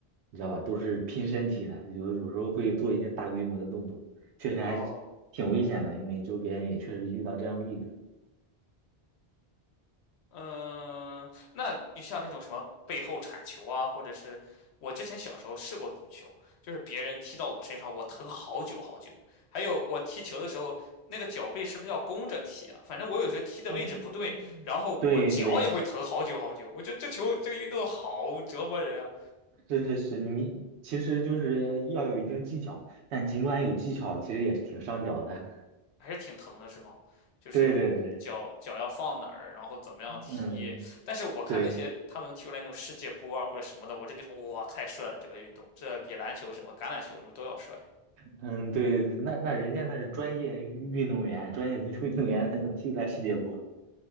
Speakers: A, on the right; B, on the left.
A: 你知道吧？都是拼身体的，有有时候会做一些大规模的动作，确实还是挺危险的，
B: 哦，
A: 因为周边也确实遇到这样的例子。
B: 嗯，那就像那种什么背后铲球啊，或者是我之前小时候试过足球，就是别人踢到我身上，我疼好久好久。还有我踢球的时候，那个脚背是不是要弓着踢啊？反正我有时候踢的位置不对，
A: 哦，
B: 然后我脚也会疼好久好久。
A: 对对，
B: 我觉得这球这个运动好折磨人啊。
A: 是是是，你其实就是要有一定技巧，但尽管有技巧，其实也是挺伤脚的。
B: 还是挺疼的，是吗？
A: <laughs>
B: 就是脚脚要放哪儿，
A: 对对对，
B: 然后怎么样踢。
A: 嗯。
B: 但是我看那些他们踢出来那种世界波啊或者什么的，
A: 对，
B: 我真觉得哇，太帅了！这个运动，这比篮球什么、橄榄球什么都要帅。
A: 嗯，对，那那人家那是专业运动员，专业足球运动员才能踢出来世界波。